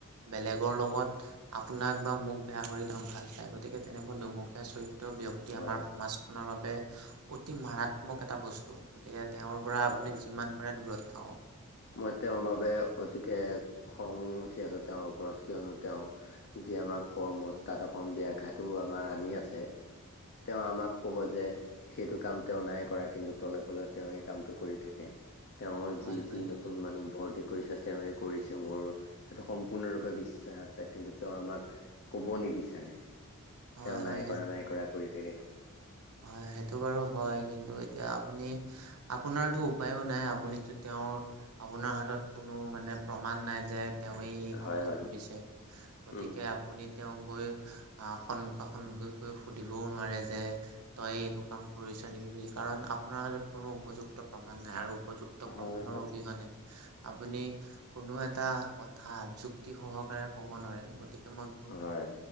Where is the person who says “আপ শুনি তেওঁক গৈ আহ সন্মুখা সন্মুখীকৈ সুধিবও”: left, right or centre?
Right